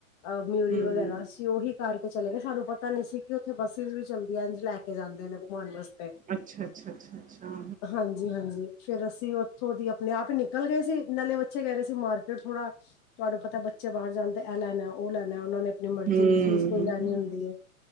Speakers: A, on the left; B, on the right.
A: ਅ ਮਯੂਰੀ
B: ਹਮ
A: ਵਗੈਰਾ ਸੀ ਓਹੀ ਕਾਰਕੇ ਚੱਲੇ ਗੇ ਸਾਨੂੰ ਪਤਾ ਨੀ ਸੀ ਕੀ ਓਥੇ ਬੱਸਿਸ ਵੀ ਚੱਲਦੀਐ ਐਂਜ ਲੈਕੇ ਜਾਂਦੇ ਨੇ ਘਮੋਨ ਵੱਸ
B: ਅੱਛਾ-ਅੱਛਾ, ਅੱਛਾ-ਅੱਛਾ।
A: ਹਾਂਜੀ-ਹਾਂਜੀ ਫੇਰ ਅਸੀ ਓਥੋਂ ਦੀ ਅਪਨੇ ਆਪ ਈ ਨਿਕਲ ਗੇ ਸੀ ਨਾਲੇ ਬਚੇ ਕੈ ਰੇ ਸੀ ਮਾਰਕੀਟ ਥੋੜਾ ਤੁਆਨੂੰ ਪਤੈ ਬੱਚੇ ਬਾਹਰ ਜਾਨਦੇ ਐ ਲੈਨੈ ਓ ਲੈਨੈ ਓਨਾ ਨੇ ਅਪਨੀ ਮਰਜੀ
B: ਹੂੰ-ਹੂੰ,
A: ਦੀ ਚੀਜ ਕੋਈ ਲੈਨੀ ਓਂਦੀ ਏ